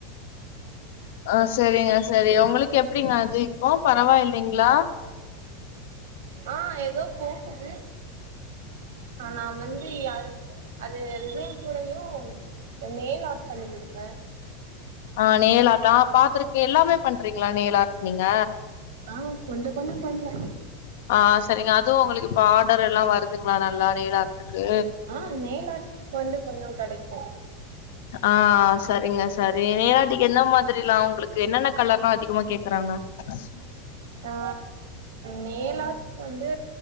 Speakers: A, on the left (about 65°); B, on the right (about 80°).
A: அ சரிங்க சரி உங்களுக்கு எப்படிங்க அது இப்போ பரவாயில்லைங்ளா
B: ஆ ஏதோ போகுது ஆ நா வந்து யாது அது ரிசைம் கூடயு நெயில் ஆட் பண்ணி குடுப்பே
A: ஆ நெயில் ஆர்ட்டா பாத்துருக்கே எல்லாமே பண்றீங்களா நெயில் ஆர்ட் நீங்க
B: ஆ கொஞ்சோ கொஞ்சோ பண்றே
A: ஆ சரிங்க அதுவும் உங்களுக்கு இப்ப ஆடர் எல்லா வருதுங்களா நல்லா நெயில் ஆர்ட்டுக்கு
B: ஆ நெயில் ஆர்ட்டுக்கு வந்து கொஞ்சோ கிடைக்கும்
A: ஆ சரிங்க சரி நெயில் ஆர்ட்டுக்கு என்னா மாதிரி எல்லா உங்களுக்கு என்னென்ன கலர்ல்லா அதிகமா கேக்கறாங்க காசு
B: அ நெயில் ஆர்ட்ஸ்க்கு வந்து